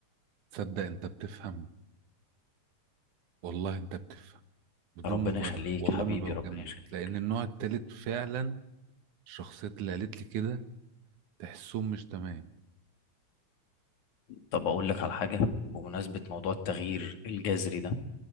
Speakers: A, on the right; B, on the left.
A: تصدق انت بتفهم والله انت بتفهم بدون
B: ربنا
A: مبالغه
B: يخليك
A: والله
B: حبيبي
A: ما بوجاملك
B: ربنا يخليك
A: لان النوع التالت فعلا الشخصيات اللي قالت لي كده تحسهم مش تمام
B: طب اقول لك على حاجة بمناسبة
A: امم
B: موضوع التغيير الجذري ده